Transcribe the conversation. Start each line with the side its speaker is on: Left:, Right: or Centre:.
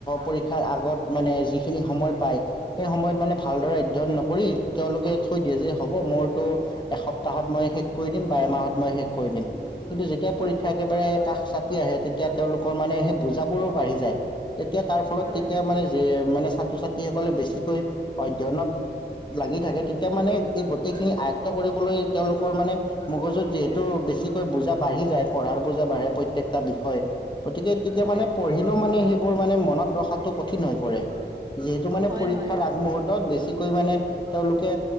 Left: পৰীক্ষাৰ আগত মানে যিখিনি সময় পায়। সময়ত মানে ভালদৰে অধ্যয়ন নকৰি তেওঁলোকে থৈ দিয়ে যে হ'ব মোৰ টো এসপ্তাহত মই শেষ কৰি দিম বা এমাহত মই শেষ কৰি দিম। কিন্তু যেতিয়া
Right: হয়
Left: পৰীক্ষা একেবাৰে কাষ চাপি আহে তেতিয়া তেওঁলোকৰ মানে সেই বুজাবোৰো বাঢ়ি যায়। তেতিয়া তাৰ ফলত
Right: হয়
Left: তেতিয়া মানে যে মানেছ ছাত্ৰ-ছাত্ৰীসকলে বেছিকৈ অধ্যয়নত লাগি থাকে তেতিয়া মানে এই গোটেই খিনি আয়ত্ব কৰিবলৈ তেওঁলোকৰ মানে মগজুত যিহেতু বেছিকৈ বুজা বাঢ়ি যায় পঢ়াৰ বোজা বাঢ়- হে প্ৰত্যেকটা বিষয়। গতিকে তেতিয়া
Right: হয়
Left: মানে পঢ়িলেও মানে সেইবোৰ মানে মনত ৰখাটো কঠিন হৈ পৰে। যিহেতু মানে
Right: হয়
Left: পৰীক্ষাৰ
Right: হয়
Left: আগমুহূৰ্তত বেছিকৈ মানে তেওঁলোকে